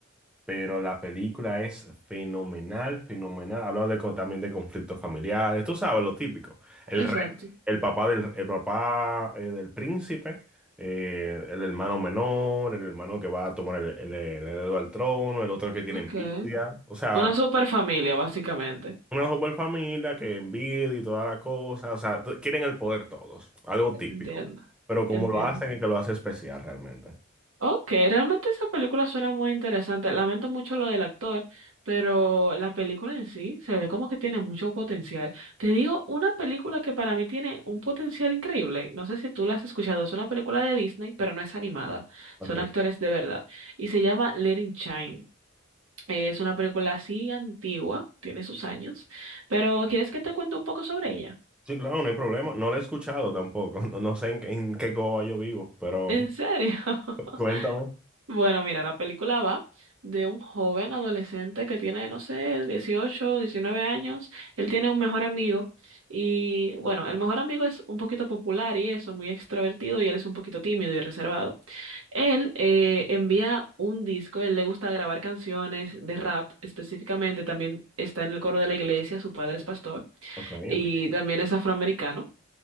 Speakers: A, in the centre; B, on the right.
A: pero la película es fenomenal, fenomenal. Habla de, co- también de conflictos familiares, tú sabes, lo típico. El
B: exacto.
A: rey, el papá del, el papá, eh, del príncipe, eh, el hermano menor, el hermano que va a tomar el, el- el heredero al trono, el otro que tiene
B: Ok.
A: envidia. O sea,
B: Una super familia, básicamente.
A: una super familia que envidia y toda la cosa. O sea, t- quieren el poder todos, algo típico.
B: Entiendo,
A: Pero como
B: entiendo.
A: lo hacen, es que lo hace especial realmente.
B: Ok, realmente esa película suena muy interesante. Lamento mucho lo del actor, pero la película en sí se ve como que tiene mucho potencial. Te digo, una película que para mí tiene un potencial increíble. No sé si tú la has escuchado, es una película de Disney, pero no es animada.
A: Ok.
B: Son actores de verdad. Y se llama Let It Shine. Es una película así antigua, tiene sus años, pero ¿quieres que te cuente un poco sobre ella?
A: Sí, claro, no hay problema. No lo he escuchado tampoco. <laughs> No, no sé en, qué en qué Coba yo vivo, pero
B: ¿En serio? <laughs>
A: <laughs> cuéntame.
B: Bueno, mira, la película va de un joven adolescente que tiene, no sé, 18, 19 años. Él tiene un mejor amigo y, bueno, el mejor amigo es un poquito popular y eso, muy extrovertido y él es un poquito tímido y reservado. Él eh, envía un disco, él le gusta grabar canciones de rap específicamente, también está en el coro de la iglesia, su padre es pastor
A: Ok, ok.
B: y también es afroamericano.